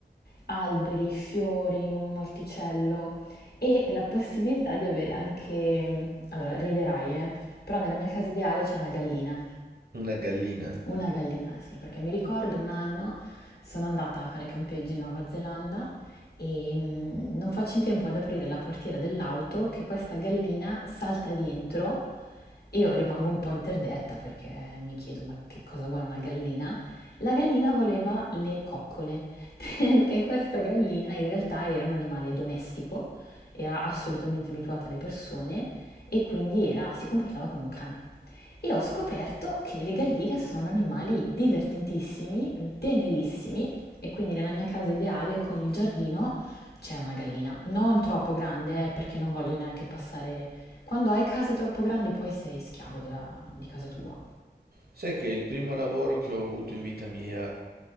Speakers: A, on the left (about 70°); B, on the right (about 65°).
A: alberi, fiori, un orticello e la possibilità di avere anche, mm, allora riderai, eh, però nella mia casa ideale c'è una gallina.
B: una gallina.
A: Una gallina, sì, perché mi ricordo un anno sono andata a fare campeggio in Nuova Zelanda e mm, non faccio in tempo ad aprire la portiera dell'auto che questa gallina salta dentro e io rimango un po' interdetta perché mi chiedo ma che cosa vuole una gallina? La gallina voleva le coccole <laughs> perché questa gallina in realtà era un animale domestico, era assolutamente abituata alle persone e quindi era- si comportava come un cane. E ho scoperto che le galline sono animali divertentissimi, tenerissimi e quindi nella mia casa ideale con il giardino c'è una gallina. Non troppo grande, eh, perché non voglio neanche passare... Quando hai case troppo grandi poi sei schiavo della- di casa tua.
B: Sai che il primo lavoro che ho avuto in vita mia,